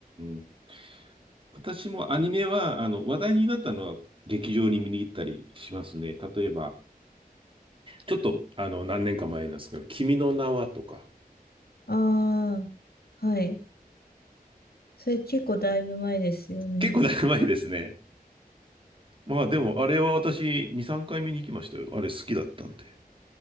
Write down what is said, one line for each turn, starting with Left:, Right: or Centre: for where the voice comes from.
Right: ん。私もアニメは、あの、話題になったのは劇場に見に行ったりしますね。例えば、ちょっと、あの、何年か前なんですけど、君の名はとか。
Left: ああ、はい。それ結構だいぶ前ですよね。
Right: 結構だいぶ前ですね。まあでも、あれは私、2、3回見に行きましたよ。あれ好きだったんで。